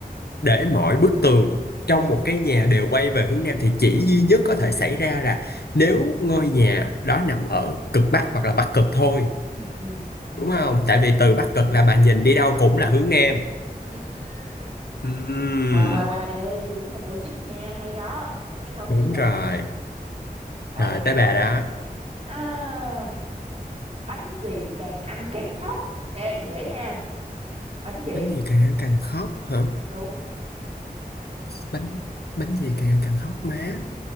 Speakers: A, on the left (about 80°); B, on the right (about 45°).
A: để mọi bức tường trong
B: Ừ.
A: một cái nhà đều quay về hướng nam thì chỉ duy nhất có thể xảy ra là nếu ngôi nhà đó nằm ở cực bắc hoặc là bắc cực thôi.
B: ừ ừ à
A: đúng không tại vì từ
B: hợp
A: Bắc
B: lý
A: Cực là bà nhìn đi đâu cũng là hướng Nam
B: Ừm.
A: Ừm,
B: wow wow wow ê đúng là logic nha hay đó một cái câu suy
A: đúng
B: luận
A: rồi
B: ok
A: rồi tới bà đó
B: à, bánh gì càng ăn càng khóc ê dễ nha bánh gì
A: bánh gì càng ăn càng khóc hả
B: đúng
A: bánh bánh gì càng ăn càng khóc má
B: ừ.